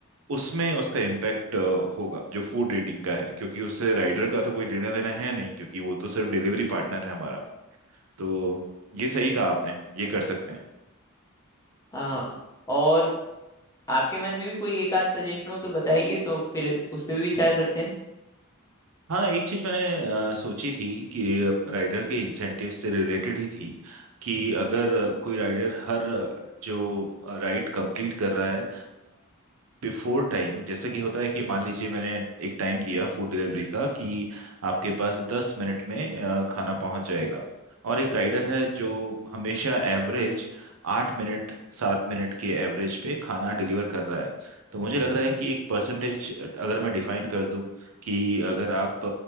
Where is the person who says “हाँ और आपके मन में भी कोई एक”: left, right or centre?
Left